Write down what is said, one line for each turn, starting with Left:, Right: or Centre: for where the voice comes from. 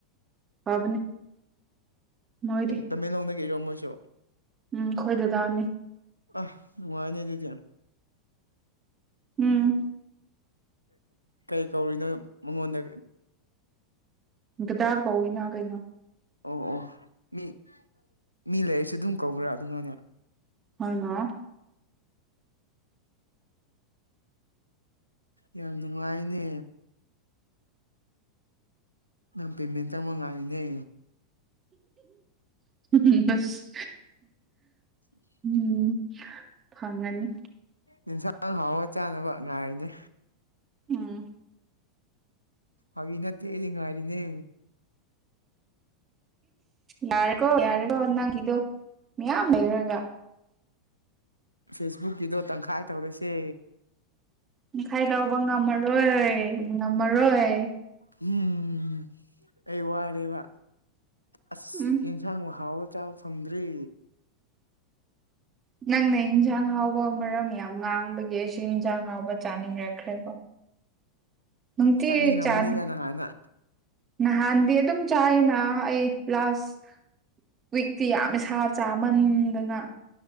Right: ꯐꯥꯕꯅꯤ ꯃꯣꯏꯗꯤ
Left: ꯇꯃꯦꯡꯂꯣꯡꯗꯒꯤ ꯏꯔꯣ ꯃꯣꯏꯁꯨ
Right: ꯎꯝ ꯈꯣꯏꯗ ꯇꯅꯤ
Left: ꯑ ꯃꯉꯅꯦꯟ ꯆꯇ
Right: ꯎꯝ
Left: ꯀꯩ ꯀꯧꯔꯤꯅꯣ ꯃꯉꯣꯟꯗ
Right: ꯗꯥ ꯄꯧꯅ ꯀꯩꯅꯣ
Left: ꯑꯣ ꯑꯣ ꯃꯤ ꯃꯤ ꯂꯩꯔꯁꯨ ꯑꯗꯨꯝ ꯀꯧꯕ꯭ꯔꯥ ꯑꯗꯨꯅꯥꯏꯅꯦ
Right: ꯍꯅ
Left: ꯌꯥꯝ ꯅꯨꯡꯉꯥꯏꯅꯦ ꯅꯪ ꯄꯦꯃꯦꯟ ꯇꯉꯃꯪꯅꯦ
Right: ꯎ ꯑꯁ
Left: ꯎ
Right: ꯎꯝ ꯐꯪꯉꯅꯤ
Left: ꯌꯦꯟꯁꯥꯡ ꯍꯥꯎꯋ ꯆꯥꯅꯕ ꯉꯥꯏꯔꯤꯅꯦ
Right: ꯎꯝ
Left: ꯑꯅꯠꯇꯔꯤ ꯉꯔꯤꯅꯦ
Right: ꯌꯥꯔꯦꯀꯣ ꯌꯥꯔꯦꯀꯣ ꯅꯪꯗꯨ ꯃꯌꯥꯝ ꯂꯩꯔꯒ
Left: ꯐꯦꯁꯕꯨꯛꯀꯤꯗꯣ ꯇꯪꯈꯥꯏ ꯇꯧꯔꯁꯦ
Right: ꯇꯪꯈꯥꯏ ꯂꯧꯕ ꯉꯝꯃꯔꯣꯏ ꯉꯝꯃꯔꯣꯏ
Left: ꯎꯝ ꯑꯩ ꯋꯥꯔꯦꯕ ꯑꯁ
Right: ꯎꯝ
Left: ꯌꯦꯟꯁꯥꯡ ꯍꯥꯎꯕ ꯁꯇꯥꯥꯎꯐ ꯐ꯭ꯔꯤ
Right: ꯅꯪꯅ ꯏꯟꯁꯥꯡ ꯍꯥꯎꯕ ꯃꯔꯝ ꯌꯥꯝ ꯉꯥꯡꯕꯒꯤ ꯑꯩꯁꯨ ꯏꯟꯖꯥꯡ ꯍꯥꯎꯕ ꯆꯥꯅꯤꯡꯔꯛꯈ꯭ꯔꯦꯕꯣ꯫ ꯃꯪꯇ
Left: ꯆꯥꯅꯤꯡꯔꯝꯕꯅꯤꯗ
Right: ꯆꯥ
Left: ꯅꯍꯥꯟꯅ
Right: ꯅꯍꯥꯟꯗꯤ ꯑꯗꯨꯝ ꯆꯥꯏꯅ ꯑꯩ ꯂꯥꯁ ꯋꯤꯛꯇꯤ ꯌꯥꯝ ꯏꯁ ꯏꯁꯥ ꯆꯥꯃꯟꯗꯅ